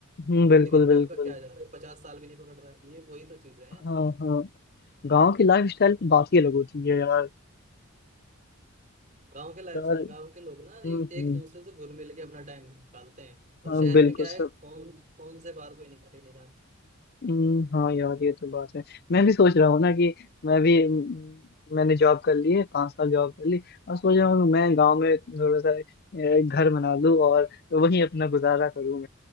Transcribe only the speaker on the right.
लेकिन
आपका क्या जा रहा है पचास साल भी नहीं पकड़ रहा है ये वही तो चीजें हैं
गांव के लाइफ
गांव के लोग
ना एक
एक दूसरे से घुल मिल के अपना टाइम निकालते हैं और
शहर
में क्या
है फोन फोन से बाहर कोई निकाल ही नहीं रहा है।